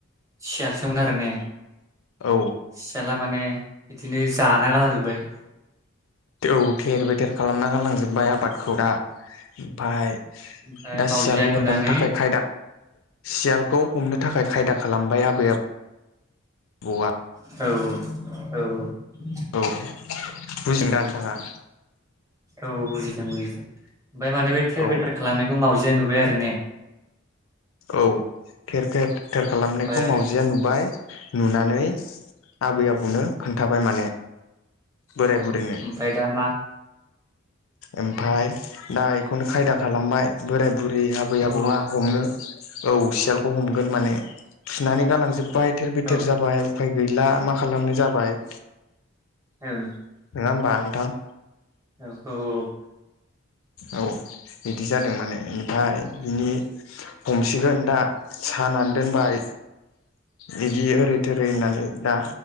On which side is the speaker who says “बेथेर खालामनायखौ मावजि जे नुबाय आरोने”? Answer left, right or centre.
Right